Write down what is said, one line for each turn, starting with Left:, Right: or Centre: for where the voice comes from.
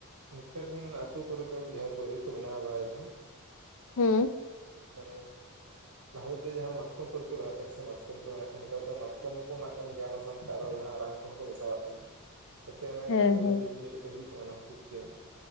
Right: ᱱᱮᱛᱟᱨ ᱨᱮᱱ ᱟᱛᱳ ᱠᱚᱨᱮ ᱫᱚ ᱡᱟᱦᱟᱸ ᱯᱟᱹᱣᱨᱟᱹ ᱠᱚ ᱵᱮᱱᱟᱣ ᱵᱟᱲᱟᱭ ᱮᱫᱟ
Left: ᱦᱩᱸ
Right: ᱢᱟᱱᱮ ᱞᱟᱦᱟ ᱛᱮᱫ ᱡᱟᱦᱟᱸ ᱢᱟᱛᱠᱚᱢ ᱯᱟᱹᱣᱨᱟᱹ ᱛᱮᱠᱚ ᱵᱮᱱᱟᱣ ᱮᱜ ᱛᱟᱦᱮᱸᱱ ᱥᱮ ᱢᱟᱛᱠᱚᱢ ᱛᱮᱠᱚ ᱵᱮᱱᱟᱣ ᱛᱟᱦᱮᱸᱱ ᱱᱮᱛᱟᱨ ᱫᱚ ᱢᱟᱛᱠᱚᱢ ᱠᱚ ᱮᱢᱟᱜ ᱠᱟᱱ ᱜᱮᱭᱟ ᱚᱱᱟ ᱥᱟᱶᱛᱮ ᱟᱨᱚ ᱡᱟᱦᱟᱸ ᱨᱟᱱ ᱠᱚᱦᱚᱸ ᱠᱚ ᱢᱮᱥᱟᱣᱟᱜ ᱠᱟᱱᱟᱹ ᱡᱟᱛᱮ ᱚᱱᱟ
Left: ᱦᱮᱸ
Right: ᱯᱟᱹᱣᱨᱟᱹ
Left: ᱦᱮᱸ
Right: ᱰᱷᱤᱨ ᱧᱚᱜ ᱡᱟᱛᱮ ᱦᱩᱭᱩᱜ ᱢᱟ ᱚᱱᱟ ᱠᱷᱟᱹᱛᱤᱨ ᱛᱮ